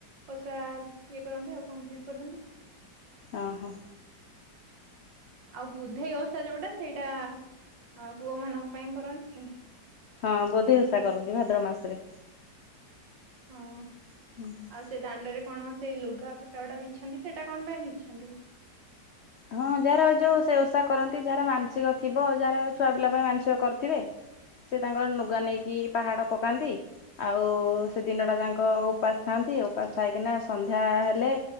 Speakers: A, on the right (about 75°); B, on the left (about 80°).
A: ଓଷା ଇଏ କରନ୍ତି ଆଉ କମ୍ପ୍ଲିଟ କରନ୍ତି।
B: ଓହୋ।
A: ଆଉ ବୁଦ୍ଧେଇ ଓଷା ଯୋଉଟା ସେଇଟା ହଁ ପୁଅମାନଙ୍କ ପାଇଁ କରନ୍ତି।
B: ହଁ ବୁଧେଇ ଭଷା କରନ୍ତି ଭାଦ୍ରବ ମାସରେ।
A: ହଁ।
B: <inaudible>
A: ଆଉ ସେ ଦାଣ୍ଡରେ କଣ ସେ ଲୁଗା ପଟା ଗୁଡା ବିଛାନ୍ତି ସେଟା କଣ ପାଇଁ ବିଛାନ୍ତି?
B: ହଁ ଯାହାର ଏ ଯୋଉ ସେ ଓଷା କରନ୍ତି ଯାହାର ମାନସିକ ଥିବ ଯାହାର ଛୁଆ ପିଲା ପାଇଁ ମାନସିକ କରିଥିବେ ସେ ତାଙ୍କର
A: ହଁ
B: ନୁଗା ନେଇକି ପାହାଡ ପକାନ୍ତି। ଆଉ ସେ ଦିନଟା ଯାଙ୍କ ଉପାସ ଥାଆନ୍ତି ଉପାସ ଥାଇକିନା ସନ୍ଧ୍ୟା ହେଲେ